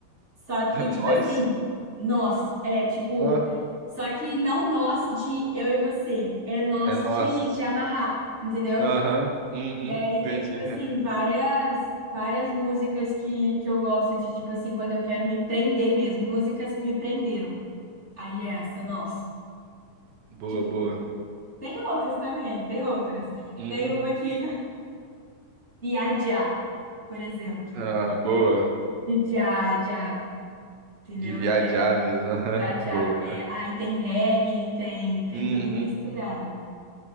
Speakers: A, on the right; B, on the right.
A: Só que,
B: <laughs>
A: tipo
B: Nós?
A: assim, nós, é, tipo,
B: Ah,
A: só que não nós de eu e você, é nós
B: é nós.
A: de, de amarrar, entendeu?
B: Aham, uhum,
A: E aí
B: entendi.
A: tem, tipo assim,
B: <laughs>
A: várias, várias músicas que, que eu gosto de, tipo assim, quando eu quero me prender mesmo, músicas que me prenderam. Aí é essa, nós.
B: Boa,
A: Tipo,
B: boa.
A: tem outras também, tem outras.
B: Uhum.
A: Tem uma que. <laughs> Viajar, por exemplo.
B: Ah, boa.
A: Viajar, entendeu?
B: De viajar
A: E aí
B: mesmo. <laughs> Aham,
A: Já, já.
B: Boa.
A: É, aí tem reggae, tem, tem
B: Uhum.
A: tudo misturado.